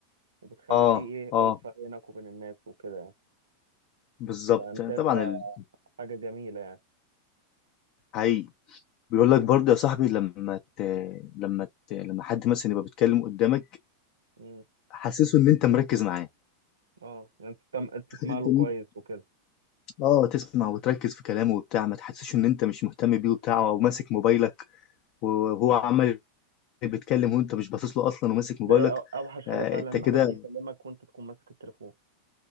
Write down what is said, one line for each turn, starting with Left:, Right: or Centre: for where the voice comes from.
Right: وبتخلي
Left: اه
Right: فيه إيه
Left: اه
Right: ألفة بينك وبين الناس وكده يعني
Left: بالظبط
Right: فأنا شايفها
Left: طبعا ال-
Right: حاجة جميلة يعني
Left: حقيقي بيقول لك برضه يا صاحبي لما ت... لما ت... لما حد مثلا يبقى بيتكلم قدامك
Right: مم.
Left: حسسه ان انت مركز معاه
Right: أه يعني تسمع... تسمع
Left: حتة
Right: له كويس
Left: إن أنت-
Right: وكده
Left: اه تسمع وتركز في كلامه وبتاع ما تحسسش ان انت مش مهتم بيه وبتاع او ماسك موبايلك وهو عمال بيتكلم وانت مش باصص له اصلا وماسك موبايلك
Right: ده هي أو- أوحش حاجة
Left: آه،
Right: فعلا
Left: انت
Right: إن
Left: كده
Right: حد يكلمك وأنت تكون ماسك التليفون